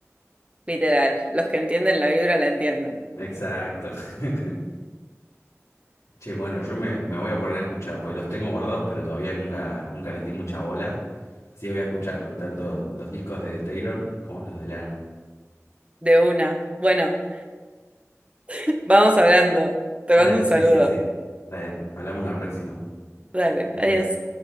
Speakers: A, on the right; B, on the left.
A: literal. Los que entienden la vibra la entienden.
B: Exacto. <laughs> Che, bueno, yo me, me voy a poner a escuchar, porque los tengo guardados, pero todavía nunca, nunca les di mucha bola. Así que voy a escuchar tanto los discos de Taylor como los de Lana.
A: De una. Bueno, <laughs> vamos hablando. Te
B: Dale,
A: mando un
B: sí,
A: saludo.
B: sí, sí. Dale, hablamos la próxima.
A: Dale,
B: Adiós.
A: adiós.